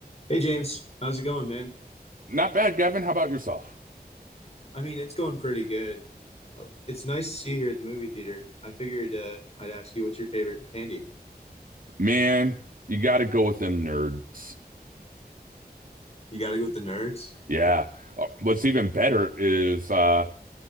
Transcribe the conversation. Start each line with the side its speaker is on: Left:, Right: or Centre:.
Left: Hey James, how's it going, man?
Right: Not bad, Gavin. How about yourself?
Left: I mean, it's going pretty good. Uh, It's nice to see you here at the movie theater. I figured uh, I'd ask you what's your favorite candy.
Right: Man, you got to go with them nerds.
Left: You gotta go with the nerds,
Right: Yeah. Uh, What's even better is uh